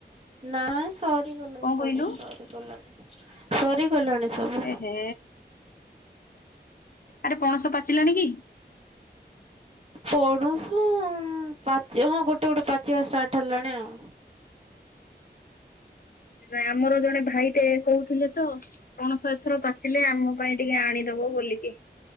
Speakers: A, on the right (about 35°); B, on the left (about 55°).
A: ନାଇଁ ସରିଗଲାଣି
B: କଣ
A: ସବୁ
B: କହିଲୁ
A: ସରିଗଲାଣି। ସରିଗଲାଣି। ସବୁ।
B: ଏ ହେ। ଆରେ ପଣସ ପାଚିଲାଣି କି?
A: ପଣସ ପାଚିବା ହଁ ଗୋଟେ ଗୋଟେ ପାଚିବା ଷ୍ଟାର୍ଟ ହେଲାଣି ଆଉ।
B: ଆମର ଜଣେ ଭାଇ ଟେ କହୁଥିଲେ ତ ପଣସ ଏଥର ପାଚିଲେ ଆମ ପାଇଁ ଟିକେ ଆଣିଦବ ବୋଲିକି।